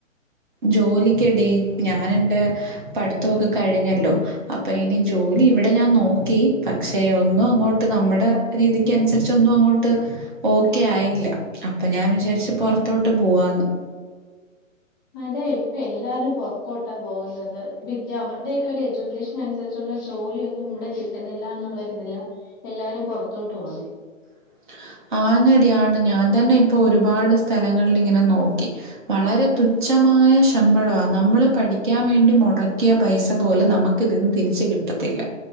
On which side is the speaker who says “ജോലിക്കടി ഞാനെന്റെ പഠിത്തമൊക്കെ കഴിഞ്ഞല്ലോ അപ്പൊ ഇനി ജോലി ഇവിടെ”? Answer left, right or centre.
Right